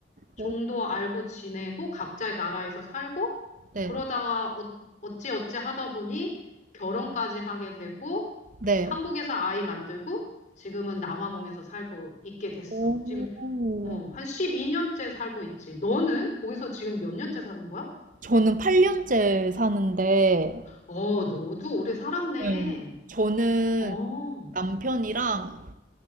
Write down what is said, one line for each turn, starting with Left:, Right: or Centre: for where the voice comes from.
Left: 정도
Right: 오.
Left: 알고 지내고, 각자의 나라에서 살고,
Right: 네.
Left: 그러다가 어, 어찌 어찌 하다 보니 결혼까지 하게 되고,
Right: 네.
Left: 한국에서 아이 만들고, 지금은 남아공에서 살고 있게 됐어.
Right: 오.
Left: 지금 어, 한 12년째 살고 있지. 너는 거기서 지금 몇 년째 사는 거야?
Right: 저는 8년째 사는데
Left: 어, 너도 오래 살았네.
Right: 네. 저는
Left: 어,
Right: 남편이랑